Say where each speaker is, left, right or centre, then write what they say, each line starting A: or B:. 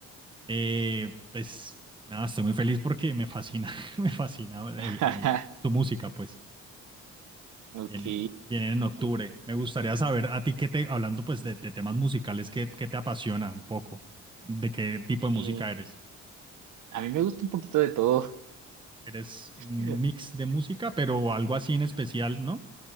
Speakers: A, on the right (about 15°); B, on the right (about 75°).
A: Eh, pues nada, estoy muy feliz porque me fascina, <laughs> me fascina
B: <laughs>
A: el, el, tu música, pues.
B: Ok.
A: Bien, vienen en octubre. Me gustaría saber a ti qué te, hablando pues de, de temas musicales, qué, qué te apasiona un poco, de qué tipo de música
B: eh,
A: eres.
B: a mí me gusta un poquito de todo.
A: ¿Eres
B: <laughs>
A: un mix de música, pero algo así en especial, ¿no?